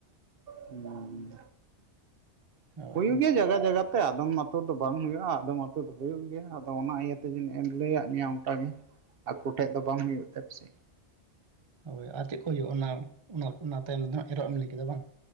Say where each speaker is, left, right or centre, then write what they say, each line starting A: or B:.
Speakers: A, on the right; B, on the right.
A: ᱦᱩᱸ
B: ᱦᱳᱭ
A: ᱦᱩᱭ
B: ᱦᱳᱭ
A: ᱜᱮ ᱡᱟᱜᱟ ᱡᱟᱜᱟ ᱛᱮ ᱟᱫᱚᱢ ᱟᱹᱛᱩ ᱫᱚ ᱵᱟᱝ ᱦᱩᱭᱩᱜᱼᱟ ᱟᱫᱚᱢ ᱟᱹᱛᱩ ᱫᱚ ᱦᱩᱭᱩᱜ ᱜᱮᱭᱟ ᱟᱫᱚ ᱚᱱᱟ ᱤᱭᱟᱹ ᱛᱮᱜᱤᱧ ᱮᱱ ᱞᱟᱹᱭᱟᱫ ᱢᱮᱭᱟ ᱚᱱ ᱜᱚᱴᱟᱜᱮ ᱟᱠᱚ ᱴᱮᱡ ᱫᱚ ᱵᱟᱝ ᱦᱩᱭᱩᱜ ᱛᱮ ᱯᱟᱥᱮᱡ
B: ᱦᱳᱭ ᱟᱨ ᱪᱮᱫ ᱠᱚ ᱦᱩᱭᱩᱜᱼᱟ ᱚᱱᱟ ᱚᱱᱟ ᱛᱟᱭᱚᱢ ᱫᱚ ᱦᱟᱜ ᱮᱨᱚᱜ ᱮᱢ ᱞᱟᱹᱭ ᱠᱮᱫᱟ ᱵᱟᱝ